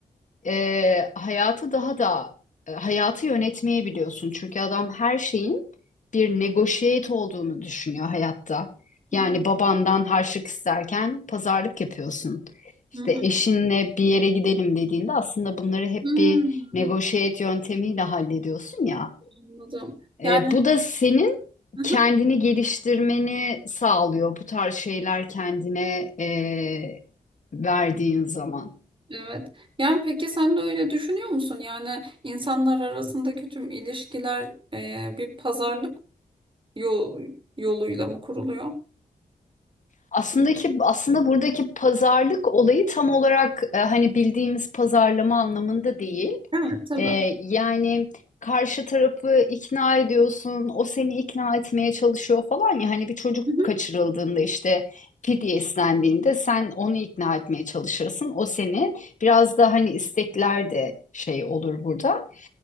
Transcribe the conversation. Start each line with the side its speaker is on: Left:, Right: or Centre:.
Left: e, hayatı daha da e, hayatı yönetmeyi biliyorsun. Çünkü adam her şeyin bir negotiate olduğunu düşünüyor hayatta.
Right: Hı
Left: Yani
Right: hı.
Left: babandan harçlık isterken pazarlık yapıyorsun. İşte
Right: Hı hı.
Left: eşinle bir yere gidelim dediğinde aslında bunları hep
Right: Hmm,
Left: bir negotiate yöntemiyle hallediyorsun ya.
Right: Anladım.
Left: E,
Right: Yani
Left: bu da senin
Right: hı
Left: kendini
Right: hı.
Left: geliştirmeni sağlıyor bu tarz şeyler kendine e, verdiğin zaman.
Right: Evet. Yani peki sen de öyle düşünüyor musun? Yani insanlar arasındaki tüm ilişkiler e, bir pazarlık yol, yoluyla mı kuruluyor?
Left: Aslında ki aslında buradaki pazarlık olayı tam olarak e, hani bildiğimiz pazarlama anlamında değil.
Right: Evet, tabii.
Left: E,
Right: Hı
Left: yani karşı tarafı ikna ediyorsun, o seni ikna etmeye çalışıyor falan ya hani bir çocuk
Right: hı.
Left: kaçırıldığında işte fidye istendiğinde sen onu ikna etmeye çalışırsın, o seni biraz da hani istekler de şey olur burada.